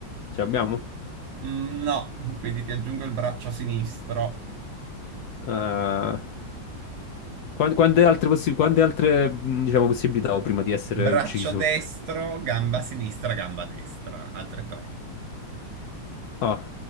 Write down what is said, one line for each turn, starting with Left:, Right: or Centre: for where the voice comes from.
Left: ce l'abbiamo?
Right: No, quindi ti aggiungo il braccio sinistro.
Left: Eh, quan- quante altre, possi- quante altre, mh, diciamo, possibilità ho prima di essere
Right: Braccio
Left: ucciso?
Right: destro, gamba sinistra, gamba destra, altre tre.
Left: Ah.